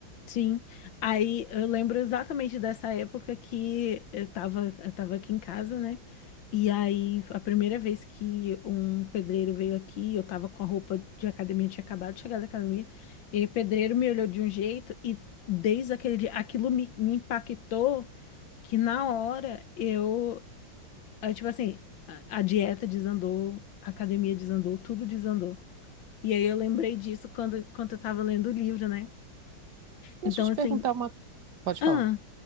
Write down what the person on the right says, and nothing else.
Deixa
eu te
perguntar uma. Pode
falar.